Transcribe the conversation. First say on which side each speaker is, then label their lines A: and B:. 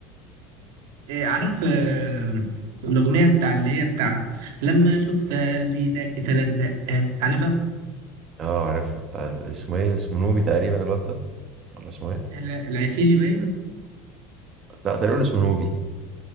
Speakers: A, on the right (about 75°); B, on the right (about 25°).
A: إيه عارف آه، الاغنيه بتاع اللي هي بتاع لما شفتها قلبي دق تلات دقات عارفها
B: اه عارفها بتاع ال- اسمه ايه اسمه نوبي تقريبا الواد ده ولا اسمه ايه
A: ال- العسيلي باين
B: لا تقريبا اسمه نوبي